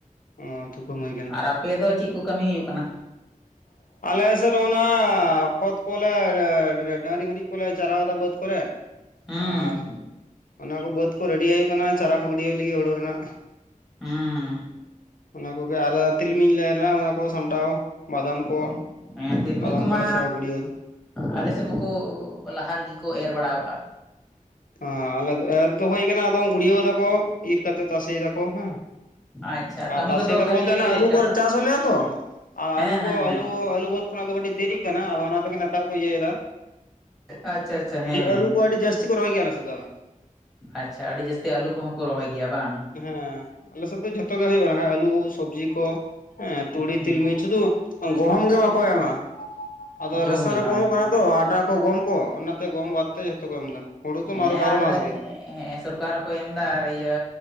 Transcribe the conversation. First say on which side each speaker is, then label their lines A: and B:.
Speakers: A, on the left; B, in the centre.
A: ᱚ ᱛᱩᱠᱟᱹᱢ ᱦᱩᱭ ᱠᱟᱱᱟ
B: ᱟᱨ ᱟᱯᱮ ᱫᱚ ᱪᱮᱫ ᱠᱚ ᱠᱟᱹᱢᱤ ᱦᱩᱭᱩᱜ ᱠᱟᱱᱟ?
A: <inaudible> ᱟᱞᱮ ᱥᱮᱫ ᱚᱱᱟ ᱠᱷᱚᱛ ᱠᱚᱞᱮ ᱵᱟ-ᱰᱟᱹᱝᱨᱤ ᱜᱩᱨᱤᱡ ᱠᱚᱞᱮ ᱪᱟᱨᱟᱣᱫᱟ ᱵᱟᱹᱫᱽ ᱠᱚᱨᱮ
B: ᱦᱩᱸ
A: ᱟᱨ ᱚᱱᱟ ᱠᱚ ᱵᱟᱹᱫᱽ ᱠᱚ ᱨᱮᱰᱤ ᱦᱩᱭᱩᱜ ᱠᱟᱱᱟ ᱪᱟᱨᱟ ᱠᱚ ᱜᱤᱰᱤ ᱦᱩᱭᱩᱜ ᱞᱟᱹᱜᱤᱫ ᱦᱩᱲᱩ ᱨᱮᱱᱟᱜ
B: ᱦᱩᱸ
A: ᱚᱱᱟ ᱠᱚᱜᱮ ᱟᱨ ᱛᱤᱞᱢᱤᱧ ᱞᱮ ᱮᱨ ᱞᱟᱼᱟ ᱚᱱᱟ ᱠᱚ ᱥᱟᱢᱴᱟᱣ ᱵᱟᱫᱟᱢ ᱠᱚ
B: ᱚ ᱦᱮᱸ ᱛᱤᱞᱢᱤᱧ
A: ᱵᱟᱫᱟᱢ
B: ᱠᱚᱢᱟ
A: ᱠᱚᱞᱮ ᱪᱷᱟᱣ ᱜᱩᱲᱭᱟᱹᱣ
B: ᱟᱞᱮ <unintelligible> ᱞᱟᱦᱟ ᱨᱮᱜᱮ ᱠᱚ ᱮᱨ ᱵᱟᱲᱟ ᱠᱟᱫ
A: ᱦᱟ ᱟᱞᱮ ᱮᱨ ᱫᱚ ᱦᱩᱭ ᱠᱟᱱᱟ ᱟᱫᱚ ᱜᱩᱲᱤᱭᱟᱣ ᱫᱟᱠᱚ ᱤᱨ ᱠᱟᱛᱮ ᱛᱟᱥᱮᱭ ᱫᱟᱠᱚ ᱦᱮᱸ
B: ᱟᱪᱪᱷᱟ
A: ᱟᱨ
B: ᱠᱟᱹᱢᱤ
A: ᱛᱟᱥᱮ
B: ᱠᱚᱫᱚ
A: ᱫᱟᱠᱚ
B: ᱠᱷᱟᱹᱞᱤ
A: ᱵᱚᱞᱛᱮ ᱚᱱᱮ ᱟᱹᱞᱩ
B: ᱪᱟᱥᱟᱜ
A: ᱠᱚ ᱪᱟᱥ ᱦᱩᱭ ᱞᱮᱱᱟ ᱛᱚ ᱟᱹᱞᱩ
B: ᱦᱮᱸ
A: ᱠᱚ
B: ᱦᱮᱸ ᱦᱮᱸ
A: ᱟᱹᱞᱩ ᱟᱹᱞᱩ ᱵᱟᱹᱛ ᱠᱷᱚᱱᱟᱜ ᱫᱚ ᱠᱟᱹᱴᱤᱡ ᱫᱮᱨᱤ ᱠᱟᱱᱟ ᱟᱫᱚ ᱚᱱᱟ ᱛᱮᱮ ᱱᱮᱛᱟᱨ ᱠᱚ ᱤᱭᱟᱹᱭᱮᱫᱟ,
B: ᱟᱪᱪᱷᱟ ᱟᱪᱪᱷᱟ ᱦᱮᱸ ᱦᱮᱸ
A: ᱟᱞᱩ
B: ᱦᱮᱸ
A: ᱠᱚ ᱟᱹᱰᱤ ᱡᱟᱹᱛᱤ ᱨᱚᱦᱚᱭ ᱜᱮᱭᱟ ᱟᱞᱮ ᱥᱮᱫ ᱫᱚ ᱟᱨᱦᱚ
B: ᱟᱪᱪᱷᱟ ᱟᱹᱰᱤ ᱡᱟᱹᱥᱛᱤ ᱟᱹᱞᱩ ᱠᱚᱦᱚᱸ ᱠᱚ ᱨᱚᱦᱚᱭ ᱜᱮᱭᱟ ᱵᱟᱝ?
A: ᱦᱮᱸ ᱟᱞᱮᱥᱮᱫ ᱫᱚ ᱡᱷᱚᱛᱚ ᱜᱮ ᱦᱩᱭᱩᱜ ᱠᱟᱱᱟ ᱟᱞᱩ ᱥᱚᱵᱽᱡᱤ ᱠᱚ ᱦᱮᱸ ᱛᱩᱲᱤ
B: ᱦᱩᱸ
A: ᱛᱤᱞᱢᱤᱧ ᱥᱩᱫᱷᱩ ᱜᱚᱦᱚᱢ ᱜᱮ ᱵᱟᱠᱚ ᱮᱢᱟ, ᱟᱫᱚ
B: ᱜᱩᱦᱩᱢ
A: ᱨᱮᱥᱚᱱ
B: ᱜᱮ
A: ᱨᱮᱠᱚ
B: ᱵᱟᱝ
A: ᱚᱢᱚᱜ ᱠᱟᱱᱟ
B: ᱦᱮᱸ
A: ᱛᱚ ᱟᱸᱴᱟ ᱜᱚᱢ ᱠᱚ ᱚᱱᱟᱛᱮ ᱜᱚᱢ ᱵᱟᱫ ᱛᱮ ᱡᱷᱚᱛᱚ ᱠᱚ ᱮᱢ ᱮᱫᱟ ᱦᱩᱲᱩ ᱛᱚ
B: ᱦᱮᱸ
A: ᱢᱟᱨᱚ ᱵᱟᱨᱚ
B: ᱟᱨ
A: ᱢᱟᱥ ᱜᱮ
B: ᱦᱮᱸ ᱥᱚᱨᱠᱟᱨ ᱦᱚᱸᱠᱚ ᱮᱢ ᱫᱟ ᱟᱨ ᱤᱭᱟᱹ